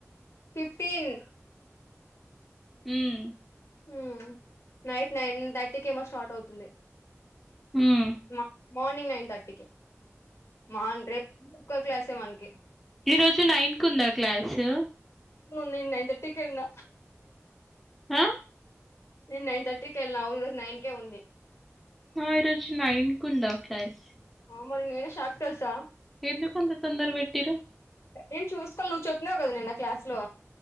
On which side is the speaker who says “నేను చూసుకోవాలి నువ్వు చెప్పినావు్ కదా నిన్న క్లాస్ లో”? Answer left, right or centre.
Left